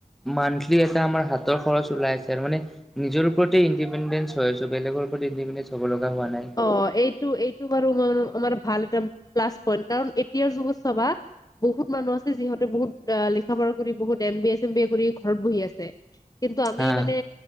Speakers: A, in the centre; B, on the left.
A: মানন্থলি এটা আমাৰ হাতৰ খৰচ ওলাই আছে আৰু মানে নিজৰ ওপৰতে ইণ্ডিপেণ্ডেন্ঞ্চ হৈ আছো বেলেগৰ। ইনদিস্পছ হ'ব লগা হোৱা নাই
B: অ এইটো এইটো বাৰু মান আমাৰ ভাল এটা, প্লাছ পইন্ট কাৰণ এতিয়াৰ যুগত চবা বহুত মানুহ আছে যিহঁতে বহুত লিখা পঢা কৰি বহুত, এই B S same B S কৰি ঘৰত বহিয়েই আছে কিন্তু আমি
A: হা
B: মানে